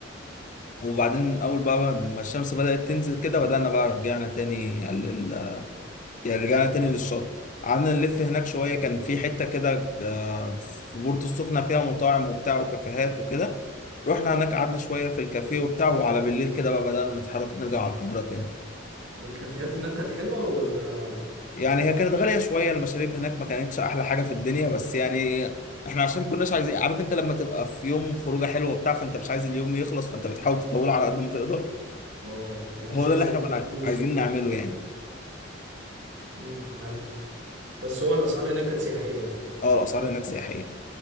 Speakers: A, on the left; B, on the right.
A: وبعدين أول بقى ما الشمس بدأت تنزل كده بدأنا بقى رجعنا تاني لل... يعني رجعنا تاني للشط قعدنا نلف هناك شوية كان في حتة كده آه، في بورتو السخنة فيها مطاعم وبتاع وكافيهات وكده رحنا هناك قعدنا شوية في الكافيه وبتاع وعلى بالليل كده بقى بدأنا نتحرك نرجع على القاهرة تاني
B: والكافيهات هناك كانت حلوة ولا
A: يعني هي كانت غالية شوية المشاريب هناك ما كانتش أحلى حاجة في الدنيا بس يعني إحنا عشان كناش عايزين عارف أنت لما تبقى في يوم خروجة حلوة وبتاع فأنت مش عايز اليوم يخلص فأنت بتحاول تطوله على قد ما تقدر
B: اه ومش
A: هو
B: عايز
A: ده اللي إحنا
B: اديك
A: كنا
B: بوز
A: عايزين نعمله يعني
B: مم. فهمت بس هو الاسعار هناك كانت سياحية يعني
A: أه الأسعار هناك سياحية